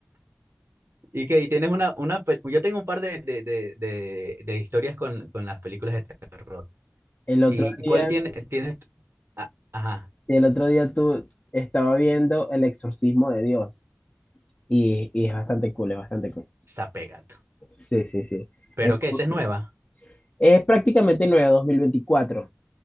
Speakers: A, on the right (about 85°); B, on the left (about 35°).
A: ¿Y qué? ¿Y tienes una, una pe- Yo tengo un par de, de, de, de, de historias con, con las películas de terror.
B: El
A: ¿Y
B: otro
A: cuál
B: día,
A: tiene, tienes? Ah, ajá,
B: sí, el otro día tú estaba viendo El Exorcismo de Dios y, y es bastante cool, es bastante cool.
A: Zapegato.
B: Sí, sí, sí.
A: ¿Pero
B: Es, muy
A: qué? ¿Esa es
B: cool.
A: nueva?
B: Es prácticamente nueva 2024,